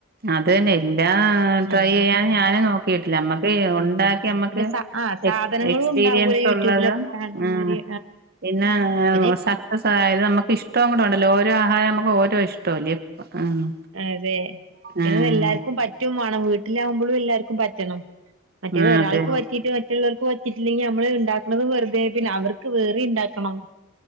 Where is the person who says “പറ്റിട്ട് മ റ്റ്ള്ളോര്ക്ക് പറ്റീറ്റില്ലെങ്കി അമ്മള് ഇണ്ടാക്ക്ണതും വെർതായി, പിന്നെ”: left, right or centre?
Right